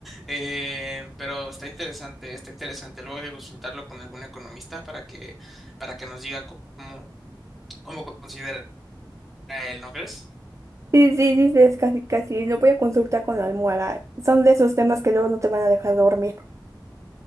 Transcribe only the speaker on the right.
Sí, sí, sí, sí, es casi, casi, lo voy a consultar con la almohada. Son de esos temas que luego no te van a dejar dormir.